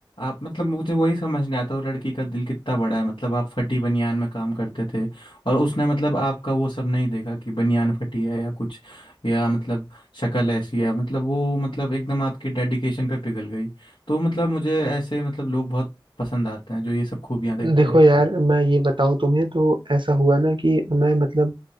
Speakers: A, on the left; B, on the right.
A: आप मतलब मुझे वही समझ नहीं आता वो लड़की का दिल कितना बड़ा है मतलब आप फटी बनियान में काम करते थे और उसने मतलब आपका वो सब नहीं देखा कि बनियान फटी है या कुछ या मतलब शक्ल ऐसी है मतलब वो मतलब एकदम आपकी डेडिकेशन पे पिघल गई तो मतलब मुझे ऐसे मतलब लोग बहुत पसंद आते हैं जो ये सब खूबियां देखते
B: देखो
A: हैं
B: यार मैं ये बताऊं तुम्हें तो ऐसा हुआ ना कि मैं मतलब